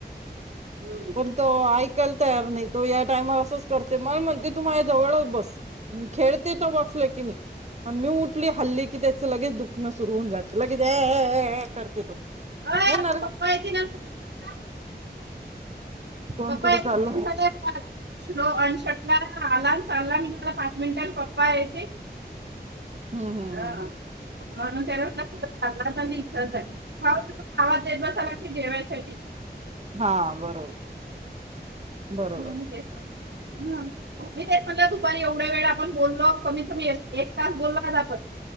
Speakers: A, on the right; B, on the right.
A: हम्म.
B: कोण तो, ऐकाल तयार नईत. तो या टायमा असंस करते म म्हणते तू माया जवळच बस, म् खेळते त बसल की मी, आण् मी उठली हल्ली की त्याचं लगेच दुखणं सुरू होऊन जात लगेच ऍ-ऍ-ऍ-ऍ करते तो.
A: अय
B: हे
A: आता
B: ना रे
A: पप्पा येतील आन कुठं चालला?
B: कोण
A: पप्पा
B: कुठं
A: यायचा
B: चाललं
A: टाइम झालाय आता श्लो अन् <unintelligible> आला. चालला, निघाला, पाच मिनिटांत पप्पा येते.
B: हुं. हुं.
A: हा
B: हुं. हुं.
A: म्हणून त्यो लपून बसाला असणार, <unintelligible> आवाज द्यायचा झाला की जेवायसाठी.
B: हा बरोबर. बरोबर
A: म मी तेच म्हणतो. हम, मी तेच म्हटलं, दुपारी एवढा वेळ आपण बोल्लो, कमीत कमी एक तास बोललो आज आपण.